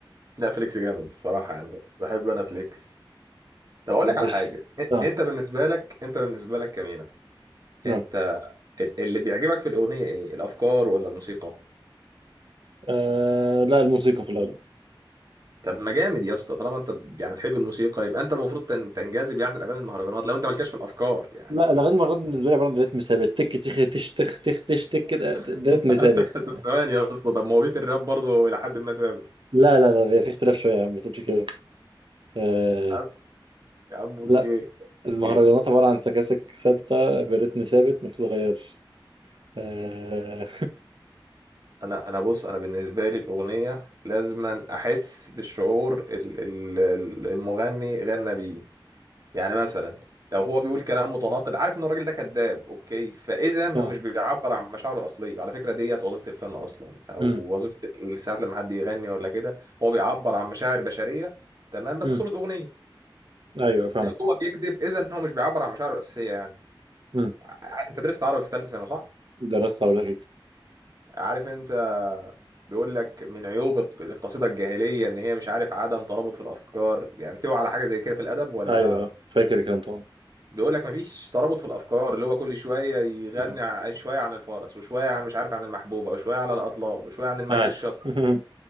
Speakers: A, on the right; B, on the right.
A: لا فليكس جامد الصراحة يعني بحب أنا فليكس طب أقول
B: مش
A: لك على حاجة إ-
B: اه
A: أنت بالنسبة لك أنت بالنسبة لك كمينة
B: نعم.
A: أنت ال- اللي بيعجبك في الأغنية إيه الأفكار ولا الموسيقى؟
B: آه لا الموسيقى في الأغلب
A: طب ما جامد يا اسطى طالما انت ب- يعني بتحب الموسيقى يبقى انت المفروض تن- تنجذب يعني لاغاني المهرجانات لو انت مالكش في الافكار يعني
B: لا الأغاني مرات بالنسبة لي عبارة عن رتم ثابت تك تخ تش تخ تخ تش تك كده، ده
A: <laughs>
B: رتم ثابت
A: انت طب ثواني يا اسطى طب ما هو بيت الراب برضه الى حد ما ثابت
B: لا لا لا بيبقى في اختلاف شوية يا عم ما تقولش كده آه
A: يا عم يا عم اوكي
B: لا المهرجانات
A: اوكي
B: عبارة عن سكاسك ثابتة برتم ثابت ما بتتغيرش آه
A: انا انا بص انا بالنسبه لي الاغنيه لازما احس بالشعور ال- ال- ال- المغني غنى بيه يعني مثلا لو هو بيقول كلام متناقض عارف ان الراجل ده كذاب اوكي فاذا هو
B: آه.
A: مش بيعبر عن مشاعره الاصليه على فكره ديت وظيفه الفن اصلا او
B: مم.
A: وظيفه ال- ساعات لما حد يغني ولا كده هو بيعبر عن مشاعر بشريه تمام بس
B: مم.
A: في صوره اغنيه
B: أيوه فاهمك
A: لو هو بيكذب اذا هو مش بيعبر عن مشاعره الاساسيه يعني
B: مم.
A: ع- انت درست عربي في ثالثه ثانوي صح
B: درست عربي أكيد
A: عارف انت بيقول لك من عيوب الق- القصيده الجاهليه ان هي مش عارف عدم ترابط في الافكار يعني تقوى على حاجه زي كده في الادب ولا
B: أيوه آه، فاكر الكلام طبعا
A: بيقول لك مفيش ترابط في الافكار اللي هو كل شويه يغني
B: مم.
A: ع- شويه عن الفرس وشويه عن مش عارف عن المحبوبه وشويه على الاطلال وشويه عن المجد
B: أيوه
A: الشخصي
B: <laughs>